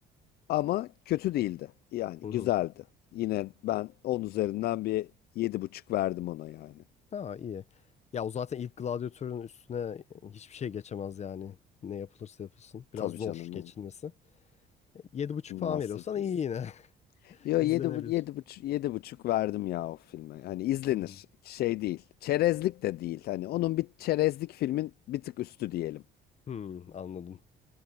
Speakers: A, on the left; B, on the left.
A: Ama kötü değildi. Yani
B: Hı
A: güzeldi.
B: hı.
A: Yine ben 10 üzerinden bir yedi buçuk verdim ona yani.
B: Ha iyi. Ya o zaten ilk Gladiator'un üstüne hiçbir şey geçemez yani. Ne yapılırsa yapılsın. Biraz
A: Tabii
B: zor
A: canım.
B: geçilmesi.
A: bu
B: Yedi buçuk
A: Masterpiece.
B: falan veriyorsan iyi yine. <laughs>
A: Yo
B: İzlenebilir.
A: yedi, bu- yedi, buçuk, yedi buçuk verdim ya o filme. Hani izlenir.
B: Hmm.
A: Şey değil. Çerezlik de değil. Hani onun bir çerezlik filmin bir tık üstü diyelim.
B: Hmm, anladım.